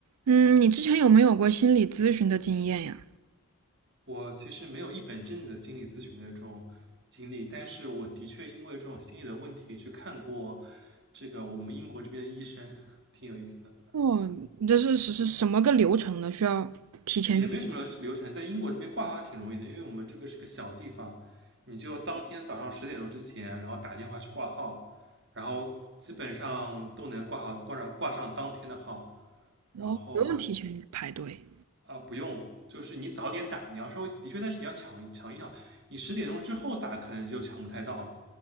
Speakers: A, on the right (about 85°); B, on the right (about 50°).
A: 嗯，你之前有没有过心理咨询的经验呀？
B: 我其实没有一本正经的心理咨询的这种经历，但是我的确因为这种心理的问题去看过这个我们英国这边的医生，<laughs> 挺有意思的。
A: 哦，
B: 嗯，
A: 你这是是是什么个流程呢？需要提前预
B: 也没什么流程，在英国这边挂号挺容易的，因为我们这个是个小地方，你就当天早上十点钟之前，然后打电话去挂号，然后基本上都能挂好挂上挂上当天的号，
A: 哦，
B: 然后
A: 不用提前预排队。
B: 啊、呃不用。就是你早点打，你要稍微的确，但是你要抢抢一抢，你十点钟之后打可能就抢不太到了。